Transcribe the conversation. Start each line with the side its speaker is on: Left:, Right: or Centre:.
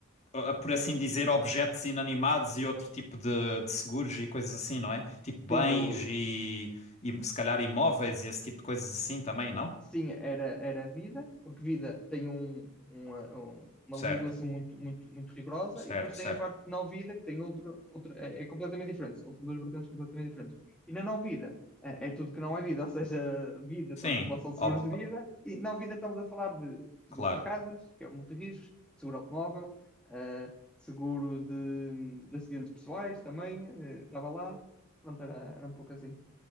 Left: ah, por
Centre: sim.
Left: assim dizer, objetos inanimados e outro tipo de, de seguros e coisas assim, não é? Tipo bens
Centre: sim eu
Left: e, e se calhar imóveis e esse tipo de coisas assim também, não?
Centre: sim, era, era vida, porque vida tem um, uma, um- uma
Left: Certo,
Centre: legislação muito, muito, muito rigorosa,
Left: certo,
Centre: e depois tem
Left: certo.
Centre: a parte de não vida, que tem outro, outro é, é completamente diferente, são, são duas vertentes completamente diferentes. E na não vida é, é tudo que não é vida, <laughs> ou seja, vida,
Left: Sim,
Centre: estamos a falar só de
Left: ob-
Centre: seguros de vida, e não vida estamos a falar de seguros
Left: claro.
Centre: para casas, que é o multirriscos, seguro automóvel, eh, seguro de, de acidentes pessoais também, eh, estava lá, pronto, era, era um pouco assim.